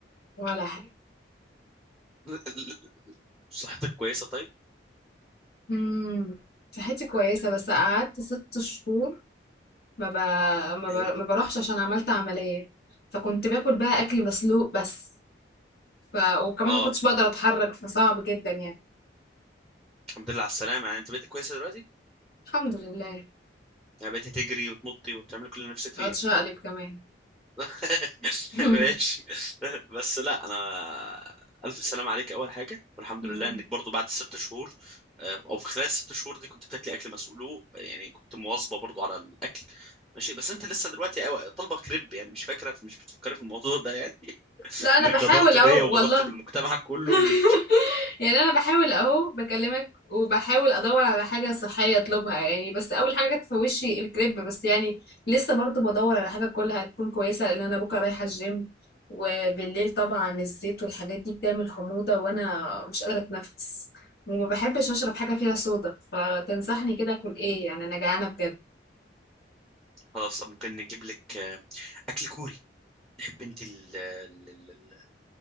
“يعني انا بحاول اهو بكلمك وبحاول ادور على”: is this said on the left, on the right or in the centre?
Left